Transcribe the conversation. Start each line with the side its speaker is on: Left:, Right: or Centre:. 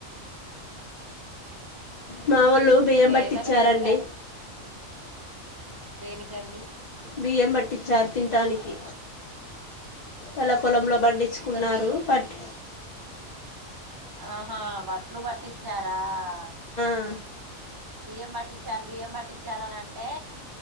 Left: మా వాళ్ళు బియ్యం బట్టిచ్చారండి
Right: ఎవరి సెల్లుకా దేనికండి
Left: బియ్యం పట్టిచ్చారు తిన్ టానికి అలా పొలంలో బండిచ్చుకున్నారు
Right: ద బి
Left: బట్
Right: ఆహా వడ్లు పట్టిచ్చారా అ
Left: ఆ
Right: బియ్యం పట్టిచారు బియ్యం పట్టిచారు ఇచ్చారని అంటే